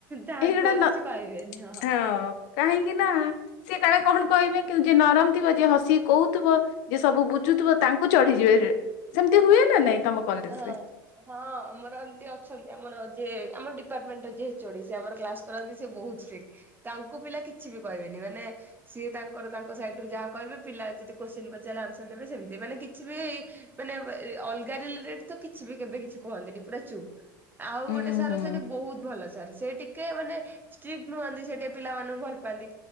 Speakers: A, on the right (about 15°); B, on the left (about 65°).
A: ତାଙ୍କୁ
B: ଏହିଗୁଡା
A: ଆଉ
B: ନ
A: କିଛି କହିବେନି
B: ହଁ କାହିଁକି ନା ସେ କାଳେ କଣ କହିବେ କି ଯେ ନରମ ଥିବ ଯେ ହସି କହୁଥିବ ଯେ ସବୁ ବୁଝୁ ଥୁବ ତାଙ୍କୁ ଚଢିଯିବେ ର୍ ସେମତି ହୁଏ ନା ନାଇଁ। ତମ କଲେଜ
A: ହଁ
B: ରେ?
A: ହଁ ଆମର ଏମତି ଅଛନ୍ତି ଆମର ଯିଏ ଆମର ଡ଼ି ଡିପାର୍ଟମେଣ୍ଟର ଯିଏ ଏ ଚୋ ଡି ଆମର କ୍ଲାସ କରନ୍ତି ସେ ବହୁତ ଷ୍ଟ୍ରିଟ୍ ତାଙ୍କୁ ପିଲା କିଛି ବି କହିବେନି ମାନେ ସିଏ ତାଙ୍କର ତାଙ୍କ ସାଇଡୁ ଯାହା କହିବେ ପିଲା ଯଦି କୋଶ୍ଚିନ ପଚାରିଲେ ଆନ୍ସର ଦେବେ ସେମିତି ମାନେ କିଛି ବି ମାନ <unintelligible> ଅଲଗା ରି ତ କିଛି ବି କେବେ କିଛି କହନ୍ତିନି ପୁରା ଚୁପ୍ ଆଉ
B: ଉୁଁ
A: ଗୋଟେ ସାର୍
B: ହୁଁ
A: ଅଛନ୍ତି ବହୁତ ଭଲ ସାର୍ ସେ ଟିକେ କେ ମାନେ ଷ୍ଟ୍ରିକ୍ ନୁହନ୍ତି ସେଠି ପିଲାମାନଙ୍କୁ ଭଲ ପାଆନ୍ତି